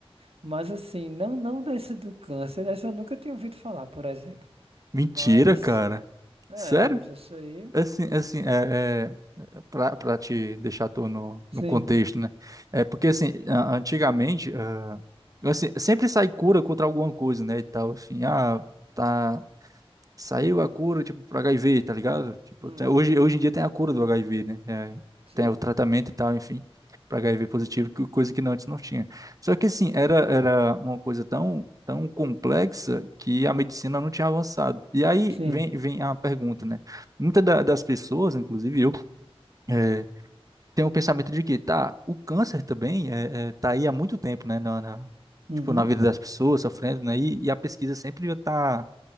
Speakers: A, on the right; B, on the right.
A: Mas assim, não não desse do câncer, dessa eu nunca tinha ouvido falar, por exemplo.
B: Mentira,
A: Mas,
B: cara.
A: é,
B: Sério?
A: não sei se aí.
B: É Assim, é assim, é, é é pra, pra te deixar tu no,
A: Sim,
B: no contexto, né? É porque, assim, a- antigamente, ah, assim, sempre sai cura contra alguma coisa, né, e tal, assim, ah, tá, Saiu a cura, tipo, pro HIV, tá ligado? Tipo,
A: Hum,
B: até hoje, hoje em dia tem a cura do HIV, né? É,
A: sim.
B: tem o tratamento e tal, enfim, para HIV positivo, que- coisa que não, antes não tinha. Só que, assim, era, era uma coisa tão, tão complexa que a medicina não tinha avançado. E aí
A: sim.
B: vem, vem a pergunta, né? Muitas da- das pessoas, inclusive eu, é, tem o pensamento de que, tá, o câncer também é, é, tá aí há muito tempo, né? Na, na-
A: Uhum.
B: tipo, na vida das pessoas, sofrendo, né? E, e a pesquisa sempre já tá